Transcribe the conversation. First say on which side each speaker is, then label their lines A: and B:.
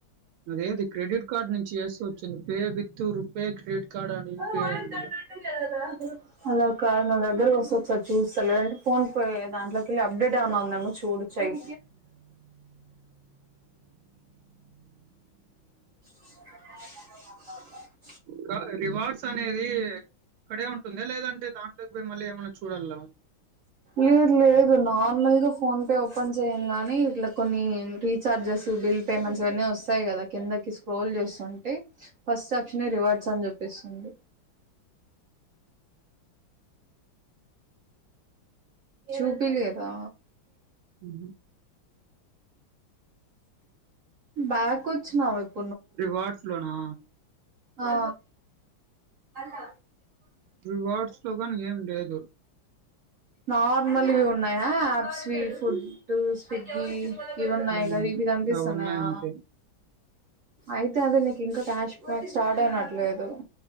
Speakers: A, on the right (about 80°); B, on the right (about 55°).
A: అదేది క్రెడిట్ కార్డ్ నుంచి చేస్తే వచ్చింది pay with RuPay credit card and UPI
B: ప్చ్
A: అని ఉంది.
B: అలా కాదు నా దగ్గరికి వస్తది సార్ చూస్తాలేండీ ఫోన్ పే దాట్లోకిళ్ళి అప్డేట్ ఎమన్నా ఉందేమో చూడు చెయ్ <inaudible>
A: కాదు రివార్డ్స్ అనేది ఇక్కడే ఉంటుందా లేదంటే దాంట్లోకి పోయి మళ్ళీ ఏమన్నా చూడాలా
B: లేదు లేదు నార్మల్గా ఫోన్ పే ఓపెన్ చేయంగనే ఇట్లా కొన్ని రీచార్జెస్ బిల్ పేమెంట్స్ ఇవన్నీ వస్తాయి కదా కిందకి స్క్రోల్ చేస్తుంటే ఫస్ట్ ఆప్షన్ రివార్డ్స్ అని చూపిస్తుంది. చూపి లేదా
A: హుహు.
B: బ్యాక్ వచ్చినవా ఎప్పుడు
A: రివార్డ్స్ లోనా
B: హా అలా
A: రివార్డ్స్ లో కానీ ఏం లేదు.
B: నార్మల్ ఇవి ఉన్నాయా ఆప్స్ ఫుడ్ స్విగ్గీ ఇవిన్నాయి
A: హ్మ్.
B: కదా ఇవి కనిపిస్తున్నాయా
A: అవునులే అంతే.
B: అయితే అదేలే ఇంకా క్యాష్ బ్యాక్ స్టార్ట్ అయినట్లేదు